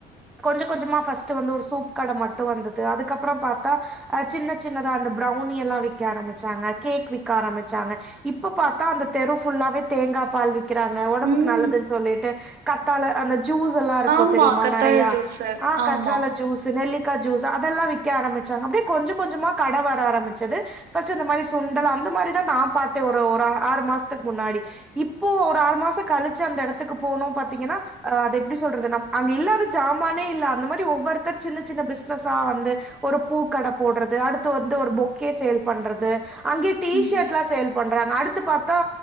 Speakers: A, in the centre; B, on the right.
A: கொஞ்ச கொஞ்சமா ஃபஸ்ட் வந்து ஒரு சூப்பு கட மட்டு வந்தது அதுக்கப்ரோ பாத்தா அ சின்ன சின்னதா அந்த பிரௌனி எல்லா விக்க ஆரம்பிச்சாங்க கேக் விக்க ஆரம்பிச் ச்சாங்க இப்ப பாத்த அந்த தெரு புல்லாவே தேங்கா பால் விக்கு விக்கிறாங்க ஒடம்புக்கு
B: ம்
A: நல்லதுன்னு சொல்லிட்டு கத்தால அந்த ஜூஸ்ஸெல்லா இருக்கு
B: ஆமா
A: தெரியுமா
B: கத்தாழ
A: நெறையா
B: ஜூஸு
A: ஆ கற்றால
B: ஆமா
A: ஜூஸ்ஸூ நெல்லி க்கா ஜூஸ் அதெல்லா விக்க ஆரம்பிச்சாங்க அப்டியே கொஞ்ச கொஞ்சமா கட வர ஆரம்பிச்சது ஃபர்ஸ்ட் இந்த மாரி சுண்டல் அந்த மாரிதா நா பாத்தே ஒரு ஒரு ஆறு மாசத்துக்கு முன்னாடி இப்போ ஒரு ஆறு மாசொ கழிச்சு அந்த எடத்துக்கு போனு பாத்தீங்ன்னா அ அது எப்டி சொல்றது ந அங்க இல்லாத ஜாமானே இல்ல அந்த மாரி ஒவ்வொருத்தர் சின்ன சின்ன பிஸ்னஸா வந்து ஒரு பூக்கட போட்றது அடுத்து வந்து ஒரு பொக்கே சேல் பண்றது அங்கே டிஷர்ட்
B: ம்
A: லா சேல் பண்றாங்க அடுத்து பாத்தா